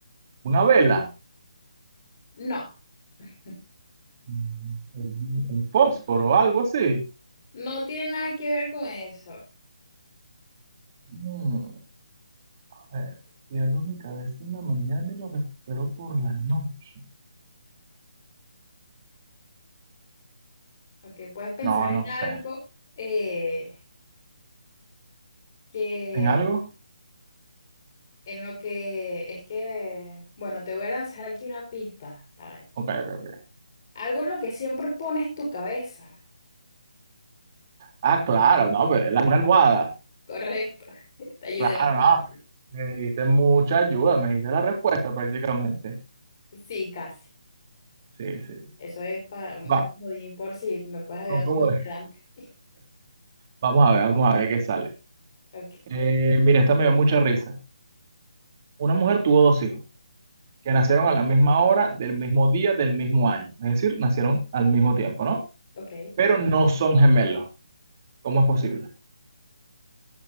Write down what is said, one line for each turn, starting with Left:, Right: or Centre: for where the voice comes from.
Right: Una vela,
Left: No, <laughs>
Right: Mm, un, un fósforo, algo así.
Left: no tiene nada que ver con eso.
Right: Mm, a ver, pierdo mi cabeza en la mañana y la recupero por la noche.
Left: Ok, puedes pensar
Right: No,
Left: en
Right: no
Left: algo
Right: sé.
Left: eh, que
Right: ¿En algo?
Left: en lo que es que, bueno, te voy a lanzar aquí una pista para
Right: Ok, ok, ok.
Left: algo en lo que siempre pones tu cabeza.
Right: Ah, claro, no, pues, la- una almohada.
Left: Correcto, <laughs> te ayudé
Right: Claro,
Left: bastante.
Right: no, me diste mucha ayuda, me diste la respuesta prácticamente.
Left: Sí, casi.
Right: Sí, sí.
Left: Eso es para un, un
Right: Va,
Left: comodín por si me puedes ayudar
Right: son como-
Left: tú más adelante. <laughs>
Right: Vamos a ver, vamos a ver qué sale.
Left: Ok,
Right: Eh, mira, esta me dio mucha risa. Una mujer tuvo dos hijos que nacieron a la misma hora, del mismo día, del mismo año. Es decir, nacieron al mismo tiempo, ¿no?
Left: ok.
Right: Pero no son gemelos. ¿Cómo es posible?